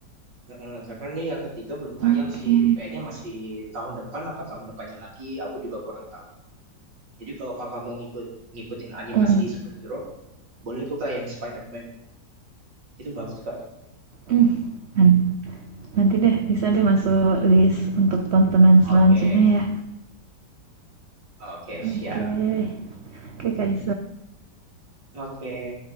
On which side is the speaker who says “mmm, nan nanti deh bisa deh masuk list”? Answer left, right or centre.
Right